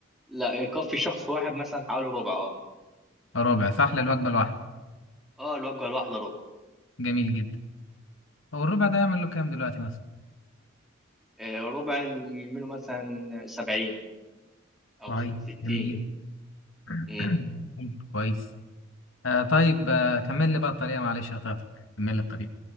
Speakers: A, in the centre; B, on the left.
A: لا يكفي شخص واحد مثلا حوالي ربع اه
B: ربع صح للوجبة الواحدة
A: اه الوجبه الواحده ربع
B: جميل جدا هو الربع ده يعمل له كام دلوقتي مثلا
A: آه ربع منه مثلا سبعين او
B: طيب
A: ستين
B: جميل <clears throat>
A: مم.
B: كويس آه طيب آه كمل لي بقى الطريقة معلش قطعتك كمل لي الطريقة